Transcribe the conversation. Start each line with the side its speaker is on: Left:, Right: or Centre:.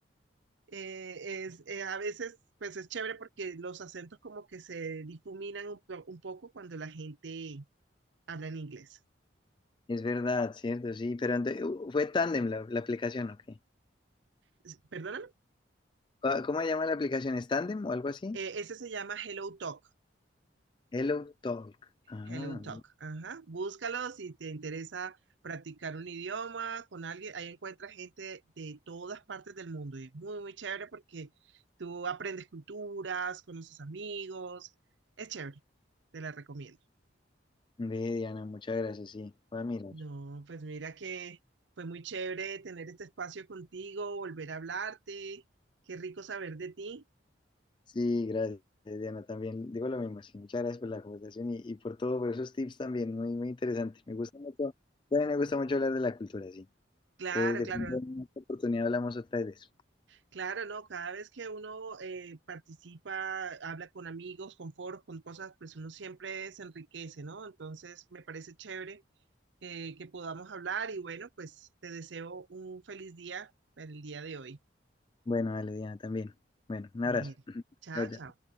Right: eh, es, eh, a veces, pues es chévere porque los acentos como que se difuminan un, po- un poco cuando la gente habla en inglés.
Left: es verdad, cierto, sí, pero ente- uh, fue Tandem la, la aplicación, ok.
Right: Es- Perdóname.
Left: ¿Cómo cómo se llama la aplicación? ¿Es Tandem o algo así?
Right: Eh, ese se llama Hello Talk.
Left: Hello Talk. Ah,
Right: Hello Talk. Ajá. Búscalo si te interesa practicar un idioma con alguien. Ahí encuentras gente de todas partes del mundo y es muy, muy chévere porque tú aprendes culturas, conoces amigos. Es chévere. Te la recomiendo.
Left: ve, Diana, muchas gracias, sí, voy a mirar.
Right: No, pues mira que fue muy chévere tener este espacio contigo, volver a hablarte, qué rico saber de ti.
Left: Sí, gracias, Diana, también digo lo mismo, sí, muchas gracias por la conversación y, y por todo, por esos tips también, muy, muy interesante. Me gusta mucho, también me gusta mucho hablar de la cultura, sí.
Right: Claro,
Left: Entonces, de
Right: claro,
Left: pronto en otra oportunidad hablamos otra vez de eso.
Right: claro, no, cada vez que uno eh, participa, habla con amigos, con foros, con cosas, pues uno siempre se enriquece, ¿no? Entonces me parece chévere eh, que podamos hablar y bueno, pues te deseo un feliz día para el día de hoy.
Left: Bueno, dale, Diana, también. Bueno, un
Right: Bueno,
Left: abrazo. <laughs>
Right: chao,
Left: Chao, chao.
Right: chao.